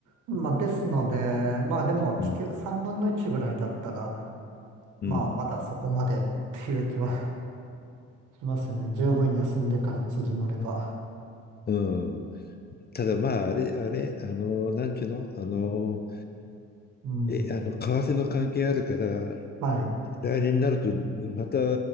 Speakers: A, on the right; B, on the left.
A: まあ、ですので、まあでも地球3分の1ぐらいだったら、
B: うん。うん。
A: まあまだそこまでっていう気は <laughs> しますよね。十分休んでから釣り乗れば。
B: うん。ただまあ、あれ、あれ、あのなんちゅうの、あの
A: うん。
B: え、あの、為替の関係あるから、
A: はい。
B: 来年になると、また